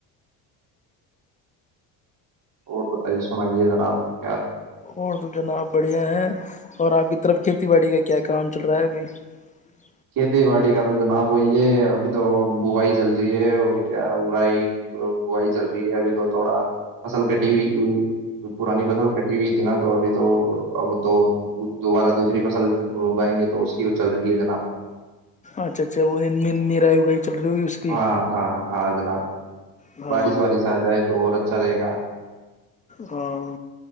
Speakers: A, on the right; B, on the left.
A: اور بتائیے سنائیے جنا آب <unintelligible>
B: اور تو جناب بڑھیا ہے اور آپ کی <unintelligible> طرف کھیتی باڑی کا کیا کام چل رہا ہے ابھی <unintelligible>
A: کھیتی باڑی کا تو جناب وہی ہے ابھی تو بووائی چل رہی ہے اور کیا برائی بوائی چل رہی ہے ابھی تو تھوڑا فصل کٹی ہوئی پرانی فصل کٹی ہوئی تھی نا تو ابھی تو اب تو دوبارہ دوسری فصل اگائیں گے تو اس کی چل رہی ہے جناب
B: اچھا اچھا وہ نہیں رہی گئے چل رہی ہوگی اس کی
A: ہاں ہاں ہاں جناب
B: ہاں
A: بارش وارش آ جائے تو اورھ چلے گا <unintelligible>
B: ہاں